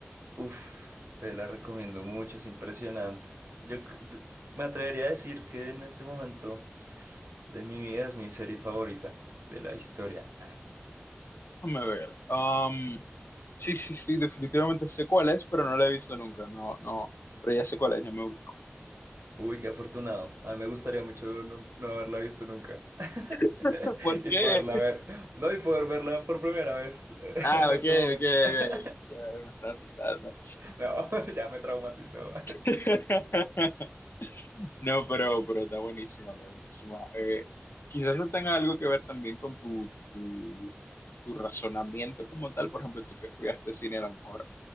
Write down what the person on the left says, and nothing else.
Déjame ver. Am, sí, sí, sí, definitivamente sé cuál es, pero no la he visto nunca. No, no, pero ya sé cuál es, ya me ubico.
<laughs> ¿Por
qué?
Ah,
ok,
ok, ok.
Ya me está asustando.
<laughs> No, pero, pero está buenísima, está buenísima. Eh, quizás no tenga algo que ver también con tu, tu, tu razonamiento como tal. Por ejemplo, tú que estudiaste cine a lo mejor.